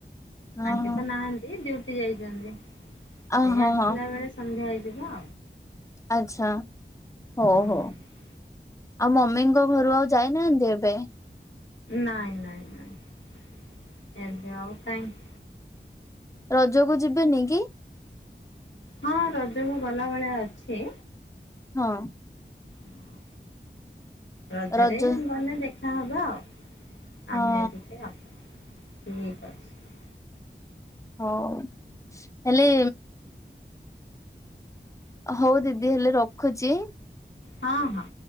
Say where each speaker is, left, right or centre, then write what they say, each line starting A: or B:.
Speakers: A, on the left; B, on the left.
A: ହଁ
B: ଆଙ୍କେ
A: ହଁ
B: ତ ନାହାନ୍ତି ଡ଼ି ଉଟି ଯାଇଛନ୍ତି।
A: ଅ
B: ସେ
A: ହଁ
B: ଆସିଲା
A: ହଁ
B: ବେଳେ ସନ୍ଧ୍ୟା ହେଇ ବ ଯିବା।
A: ଆଚ୍ଛା। ହ
B: ହୁଁ
A: ହୋ। ଆଉ ମମିଙ୍କ ଘରୁ ଆଉ ଯାଇନାହାନ୍ତି ଏବେ
B: ନାଇଁ ନାଇଁ ନାଇଁ ଏବେ ଆଉ କାଇହିଁ।
A: ରଜକୁ ଯିବେନି କି?
B: ହଁ ରଜକୁ ଗଲା ଭଳିଆ ଅଛି।
A: ହଁ।
B: ହଁ। ରଜରେ
A: ରଜ
B: ମାନେ ଦେଖ ଆ ହବା ଆଉ
A: ହଁ
B: ଆମେ ଏ ଟିକେ ଆଉ ଠିକ ଅଛି।
A: ହଉ ହେଲି। ହଉ ଦିଦି ହେଲେ ରଖୁଛି।
B: ହଁ ହଁ।